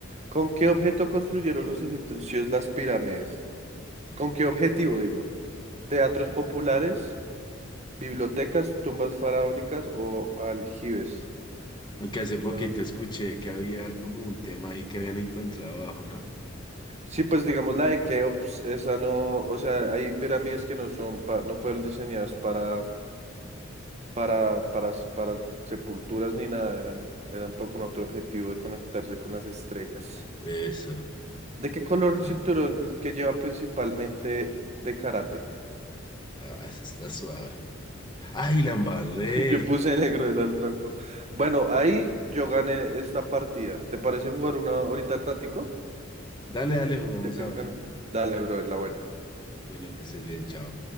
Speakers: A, on the right; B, on the left.
A: ¿Con qué objeto construyeron los egipcios las pirámides? ¿Con qué objetivo, digo? ¿Teatros populares, bibliotecas, tumbas faraónicas o aljibes?
B: aunque hace poquito
A: Bueno, sí.
B: escuché que había como un tema ahí que habían encontrado abajo, ¿no?
A: Sí, pues digamos la de Keops, esa no, o sea, hay pirámides que no son pa- no fueron diseñadas para, para, para, s- para sepulturas ni nada, eran, eran po- con otro objetivo de conectarse con las estrellas.
B: Eso,
A: ¿De qué color
B: bueno,
A: el cinturón que lleva principalmente de karate?
B: ah, eso está suave. Ay, la embarré.
A: <laughs> Yo puse negro, era el blanco. Bueno, ahí yo gané esta partida. ¿Te parece jugar una ahorita al ratico?
B: Dale, dale, jugamos
A: Ya que
B: ahora.
A: ganas. Dale, bro, es la buena.
B: Bueno, que estés bien, chao.